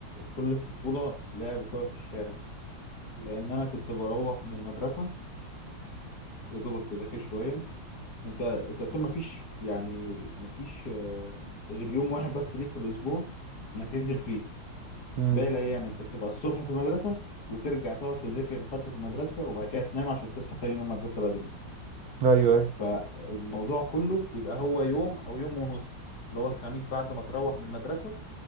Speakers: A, on the left; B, on the right.
A: كل الطفوله لعب كوره في الشارع لان انا كنت بروح من المدرسه يا دوبك تذاكر شويه انت انت اصلا مفيش يعني مفيش آه، غير يوم واحد بس ليك في الاسبوع انك تنزل فيه
B: امم
A: باقي الايام انت بتبقى الصبح في المدرسه وترجع تقعد تذاكر اللي خدته في المدرسه وبعد كده تنام عشان تصحى تاني يوم مدرسه بدري
B: ايوه ايوه
A: فالموضوع كله بيبقى هو يوم او يوم ونص اللي هو الخميس بعد ما تروح من المدرسه